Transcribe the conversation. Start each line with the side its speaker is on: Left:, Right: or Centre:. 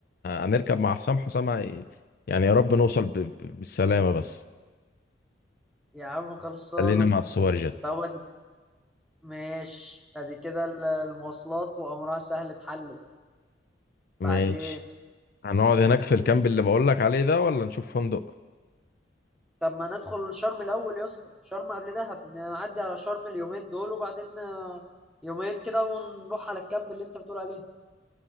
Left: هنركب مع حسام حسام هي- يعني يا رب نوصل ب... ب- بالسلامة بس
Centre: يا عم خلصانه
Left: خلينا مع السوبر جيت
Centre: طب ادي ماشي ادي كده ال- المواصلات وامرها سهل اتحلت
Left: ماشي
Centre: بعدين
Left: هنقعد هناك في الكامب اللي بقول لك عليه ده ولا نشوف فندق
Centre: طب ما ندخل شرم الاول يا اسطى شرم قبل دهب نعدي على شرم اليومين دول وبعدين آه، يومين كده ونروح على الكامب اللي انت بتقول عليه